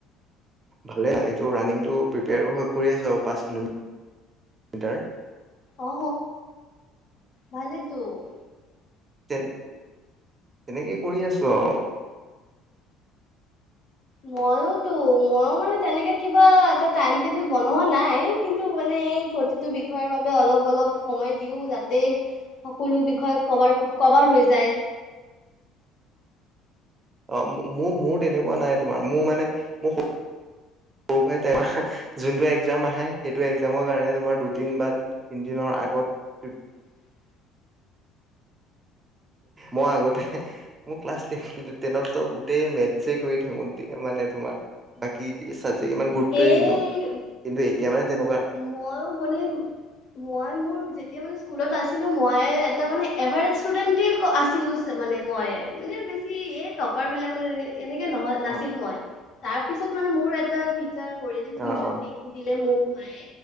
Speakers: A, on the right (about 25°); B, on the left (about 60°).
A: ভালে এইটো ৰাণিংটো প্ৰিপেয়াৰো কৰি আছো আৰু পাঁচ কিলো মিটাৰ।
B: অ ভালেতো
A: তে তেনেকে কৰি আছোঁ আৰু।
B: মইতো মইয়ো মানে তেনেকে কিবা এটা টাইম টেবুল বনোৱা নাই। কিন্তু মানে প্ৰতিটো বিষয়ৰ বাবে অলপ অলপ সময় দিওঁ যাতে সকলো বিষয়ে কবাৰ কভাৰ হৈ যায়।
A: অ মোৰ মোৰ তেনেকুৱা নাই তোমাৰ মোৰ মানে মোৰ সৰু পৰাই তোমাৰ যোনটো একজাম আহে সেইটো এক্জামৰ কাৰণে তোমাৰ দুদিন বা তিনদিন। অ আগত।
B: <inaudible>
A: মই আগতে এহে। মোৰ ক্লাছ টেন কিন্তু টেনতো গোটেই মেথ কৰি থাকোঁ মানে তোমাৰ বাকী। ইমান গুৰুত্বয়ে
B: সেয়ে
A: নিদিওঁ কিন্তু এতিয়া মানে তেনেকুৱা্
B: মইও মানে। মই মোৰ যেতিয়া মানে স্কুলত আছিলোঁ। মই এটা মানে এভাৰেষ্ট ষ্টুডেন্ট আছিলোঁ। মানে মই মানে বেছি এই টপাৰ বিলাক মানে। এনেকে নহ নাছিল
A: অ
B: মই তাৰ পিছত মানে মোৰ এটা টি টিউশচন
A: অ অ
B: দিলে মোক মায়ে